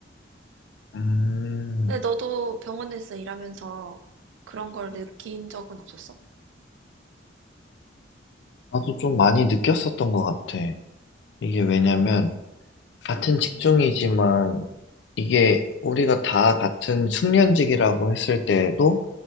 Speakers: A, on the left; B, on the right.
A: 음,
B: 근데 너도 병원에서 일하면서 그런 걸 느낀 적은 없었어?
A: 나도 좀 많이 느꼈었던 것 같아. 이게 왜냐면, 같은 직종이지만, 이게 우리가 다 같은 숙련직이라고 했을 때에도,